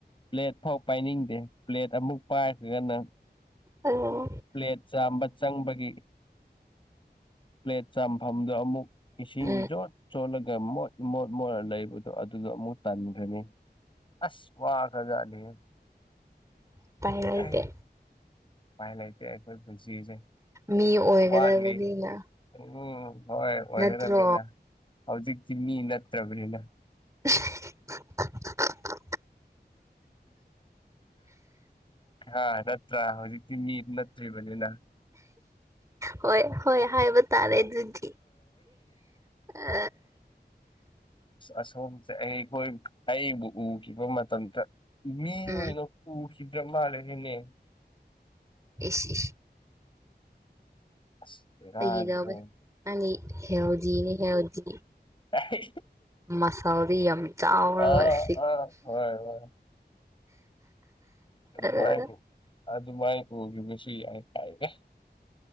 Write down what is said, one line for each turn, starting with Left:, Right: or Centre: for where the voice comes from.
Left: ꯄ꯭ꯂꯦꯠ ꯐꯥꯎ ꯄꯥꯏꯅꯤꯡꯗꯦ ꯄ꯭ꯂꯦꯠ ꯑꯃꯨꯛ ꯄꯥꯏꯈꯔꯒꯅ
Right: ꯑꯪ
Left: ꯄ꯭ꯂꯦꯠ ꯆꯥꯝꯕ ꯆꯪꯕꯒꯤ ꯄ꯭ꯂꯦꯠ ꯆꯥꯝꯐꯝꯗꯣ ꯑꯃꯨꯛ ꯏꯁꯤꯡ
Right: ꯎꯝ
Left: ꯏꯆꯣꯠ ꯆꯣꯠꯂꯒ ꯃꯣꯠ ꯏꯃꯣꯠ ꯃꯣꯠꯂ ꯂꯩꯕꯗꯣ ꯑꯗꯨꯗꯣ ꯑꯃꯨꯛ ꯇꯟꯈ꯭ꯔꯅꯤ ꯑꯁ ꯋꯥꯈꯔꯖꯠꯅꯤꯍꯦ
Right: ꯎꯄꯥꯏ ꯂꯩꯇꯦ
Left: ꯑꯩ ꯎꯄꯥꯏ ꯂꯩꯇꯦ ꯑꯩꯈꯣꯏ ꯄꯨꯟꯁꯤꯁꯦ
Right: ꯃꯤ ꯑꯣꯏꯒꯗꯕꯅꯤꯅ
Left: ꯋꯥꯠꯂꯤ ꯎꯝ ꯍꯣꯏ ꯑꯣꯏꯒꯗꯕꯅꯤꯗ
Right: ꯅꯠꯇ꯭ꯔꯣ
Left: ꯍꯧꯖꯤꯛꯇꯤ ꯃꯤ ꯅꯠꯇ꯭ꯔꯕꯅꯤꯅ
Right: <unintelligible>
Left: ꯍꯥꯥ ꯅꯠꯇ꯭ꯔꯥ ꯍꯧꯖꯤꯛꯇꯤ ꯃꯤ ꯅꯠꯇ꯭ꯔꯤꯕꯅꯤꯅ
Right: ꯍꯣꯏ ꯍꯣꯏ ꯍꯥꯏꯕ ꯇꯥꯔꯦ
Left: ꯑ
Right: ꯑꯗꯨꯗꯤ ꯑ
Left: ꯑꯁꯣꯝꯁꯦ ꯑꯩꯈꯣꯏ ꯑꯩꯕꯨ ꯎꯈꯤꯕ ꯃꯇꯝꯗ ꯃꯤ
Right: ꯎꯝ
Left: ꯑꯣꯏꯅ ꯎꯈꯤꯗ꯭ꯔ ꯃꯥꯜꯂꯦꯅꯦꯅꯦ
Right: ꯏꯁ ꯏꯁ
Left: ꯑꯁ ꯕꯦꯔꯥꯅꯤꯍꯦ
Right: ꯐꯥꯒꯤ ꯇꯧꯕꯅꯦ ꯅꯪꯗꯤ ꯍꯦꯜꯗꯤꯅꯤ ꯍꯦꯜꯗꯤ
Left: ꯀꯥꯏ
Right: ꯃꯁꯜꯗꯤ ꯌꯥꯝ ꯆꯥꯎꯔꯒ
Left: ꯑꯥ
Right: ꯁꯤꯛ
Left: ꯑꯥ ꯍꯣꯏ ꯍꯣꯏ ꯑꯗꯨꯃꯥꯏ
Right: ꯑꯥ
Left: ꯑꯗꯨꯃꯥꯏ ꯎꯈꯤꯕꯁꯨ ꯌꯥꯏ ꯀꯥꯏꯗꯦ